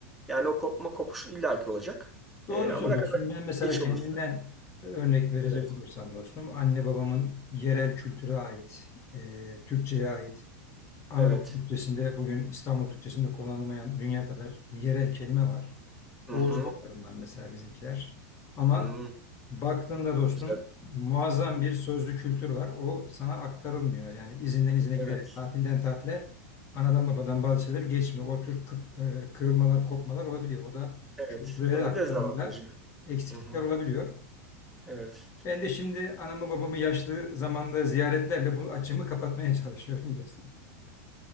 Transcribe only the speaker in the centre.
Yani o kopma kopuş illaki olacak.
E, ama
ne kadar
geç
Evet. olursa.
Evet.
Evet.
Hı hı.
Hı,
güzel.
Evet.
Evet.
Bu da
dezavantajı.
Hı hı.
Evet.